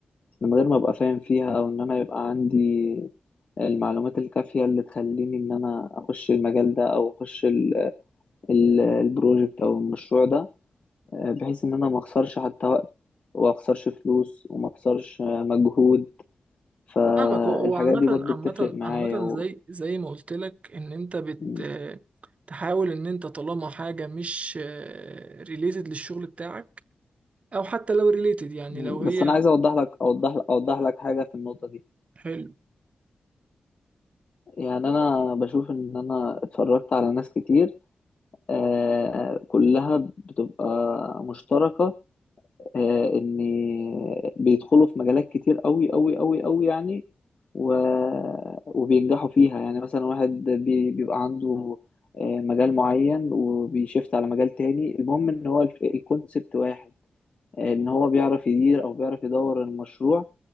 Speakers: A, on the left; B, on the right.
A: من غير ما ابقى فاهم فيها او ان انا يبقى عندي المعلومات الكافية اللي تخليني ان انا اخش المجال ده او اخش ال- ال- البروجكت او المشروع ده آه، بحيث ان انا ما اخسرش حتى وقت وما اخسرش فلوس وما اخسرش آه، مجهود فالحاجات
B: فاهمك هو هو عامة
A: دي برضو
B: عامة
A: بتفرق معايا
B: عامة
A: و...
B: زي زي ما قلت لك ان انت بت
A: م-
B: تحاول ان انت طالما حاجة مش ريليتد للشغل بتاعك او حتى لو ريليتد يعني
A: م-
B: لو هي
A: بس انا عايز اوضح لك اوضح لك اوضح لك حاجة في النقطة دي
B: حلو
A: يعني انا بشوف ان انا اتفرجت على ناس كتير آه، كلها بتبقى مشتركة آه، ان بيدخلوا في مجالات كتير قوي قوي قوي قوي يعني و... وبينجحوا فيها يعني مثلا واحد بي... بيبقى عنده آه، مجال معين وبيشفت على مجال تاني المهم ان هو الف... الكونسبت واحد آه، ان هو بيعرف يدير او بيعرف يدور المشروع